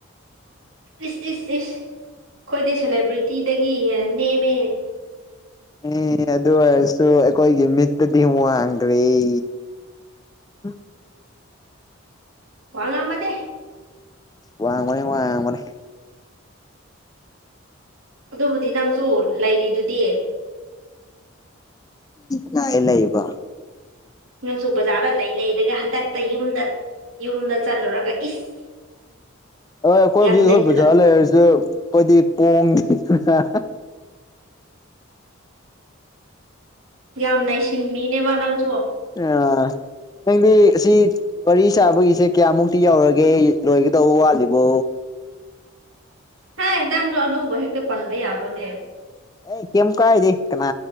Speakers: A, on the right; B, on the left.
A: ꯏꯁ ꯏꯁ ꯏꯁ ꯑꯩꯈꯣꯏꯗꯤ ꯁꯦꯂꯦꯕ꯭ꯔꯤꯇꯤꯗꯒꯤ ꯅꯦꯝꯃꯦ
B: ꯎꯝ ꯑꯗꯨ ꯑꯣꯏꯔꯁꯨ ꯑꯩꯈꯣꯏꯒꯤ ꯃꯤꯠꯇꯗꯤ ꯋꯥ ꯋꯥꯡꯒꯔꯤ ꯑ
A: ꯋꯥ ꯉꯝꯕꯅꯦ
B: ꯋꯥꯃꯅꯤ ꯋꯥ ꯃꯔꯦ
A: ꯑꯗꯨꯕꯨꯗꯤ ꯅꯪꯁꯨ ꯂꯩꯔꯤꯗꯨꯗꯤ
B: ꯂ ꯏꯕ
A: ꯅꯣꯡꯆꯨ ꯕꯖꯥꯔꯗ ꯂꯩ ꯂꯩꯔꯒ ꯍꯟꯗꯛꯇ ꯌꯨꯝꯗ ꯌꯨꯝꯗ ꯆꯠꯂꯨꯔꯒ ꯏꯁ
B: ꯍꯣꯏ ꯑꯩꯈꯣꯏꯕꯨꯖꯤꯛ
A: ꯌꯥꯝ ꯅꯩꯁꯤꯜꯂꯛ
B: ꯍꯈꯣꯏ ꯄꯨꯖꯔ ꯂꯩꯔꯁꯨ ꯑꯩꯈꯣꯏꯗꯤ ꯄꯣꯡꯉꯗꯅ
A: ꯌꯥꯝꯅ ꯁꯤꯟꯕꯤꯅꯦꯕ ꯅꯪꯁꯨꯣ
B: ꯑ ꯅꯪꯗꯤ ꯑꯁꯤ ꯋꯥꯔꯤ ꯁꯥꯕꯒꯤꯁꯦ ꯀꯌꯥꯃꯨꯛꯇꯤ ꯌꯧꯔꯒꯦ ꯂꯣꯏꯒꯗꯧꯕ ꯋꯥꯠꯂꯤꯕꯣ
A: ꯍꯥꯏ ꯅꯪꯁꯨ ꯑꯗꯨꯕ ꯍꯦꯛꯇ ꯄꯟꯕ ꯌꯥꯕ꯭ꯔꯅꯦ
B: ꯑꯦ ꯀꯦꯝ ꯀꯥꯏꯗꯤꯦ ꯀꯅꯥ